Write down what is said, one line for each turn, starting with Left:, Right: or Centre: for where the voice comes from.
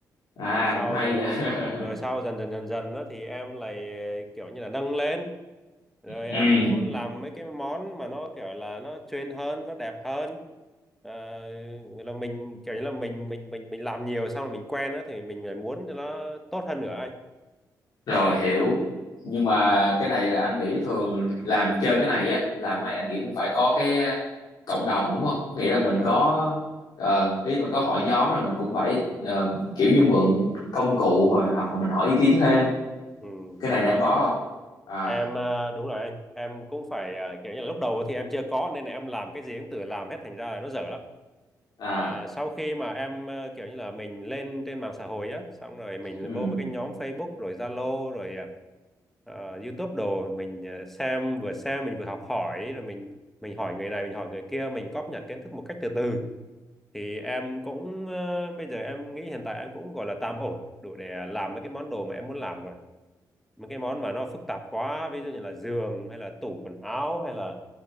Left: à
Centre: Rồi sau
Left: cũng hay
Centre: dần
Left: vậy. <laughs>
Centre: ừ, rồi sau dần dần dần dần đó thì em lại kiểu như là nâng lên rồi
Left: ừ
Centre: em muốn làm mấy cái món mà nó kiểu là nó trend hơn nó đẹp hơn Ờ, nghĩa là mình kiểu như là mình mình mình mình làm nhiều xong rồi mình quen đó thì mình lại muốn cho nó tốt hơn nữa anh ừ,
Left: rồi hiểu nhưng mà cái này là anh nghĩ thường làm chơi cái này á làm
Centre: ừ,
Left: cái này anh nghĩ cũng phải có cái à, cộng đồng đúng không nghĩa là mình
Centre: dạ
Left: có
Centre: đúng
Left: ờ, ý mà có hội nhóm là mình cũng phải ờ, kiểu như mượn công cụ rồi hoặc là mình hỏi ý kiến thêm
Centre: ừ,
Left: cái
Centre: đúng
Left: này là em
Centre: đúng
Left: có không à
Centre: em à, đúng rồi anh em cũng phải à, kiểu như là lúc đầu thì em chưa có nên là em làm cái gì cũng tự làm hết thành ra là nó dở lắm
Left: à
Centre: mà sau khi mà em ờ, kiểu như là mình lên trên mạng xã hội á xong rồi mình
Left: ừ
Centre: vô mấy cái nhóm Facebook rồi Zalo rồi ờ, ờ, YouTube đồ mình ờ, xem vừa xem mình vừa học hỏi rồi mình mình hỏi người này mình hỏi người kia mình cóp nhặt kiến thức một cách từ từ thì em cũng ờ, bây giờ em nghĩ hiện tại em cũng gọi là tạm ổn đủ để làm mấy cái món đồ mà em muốn làm rồi mấy cái món mà nó phức tạp quá ví dụ như là giường hay là tủ quần áo hay là